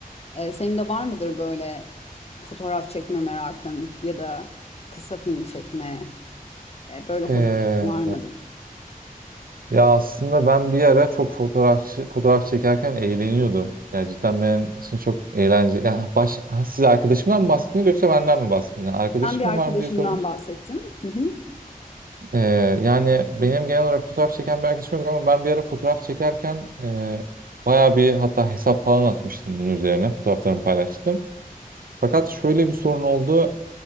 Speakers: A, on the left; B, on the right.
A: Ee, senin de var mıdır böyle fotoğraf çekme merakın ya da kısa film çekme e, böyle hobilerin
B: Eee,
A: var mıdır?
B: ya aslında ben bir ara çok fotoğrafçı fotoğraf çekerken eğleniyordum. Yani cidden benim için çok eğlenceli. Ya baş, ha, siz arkadaşımdan mı bahsettiniz yoksa benden mi bahsettiniz? Arkadaşım
A: Ben bir arkadaşımdan
B: mı var mı diye sordum.
A: bahsettim. Hı hı.
B: Ee, yani benim genel olarak fotoğraf çeken bir arkadaşım yok ama ben bir ara fotoğraf çekerken e, bayağı bir hatta hesap falan açmıştım bunun üzerine. Fotoğraflarımı paylaştım. Fakat şöyle bir sorun oldu.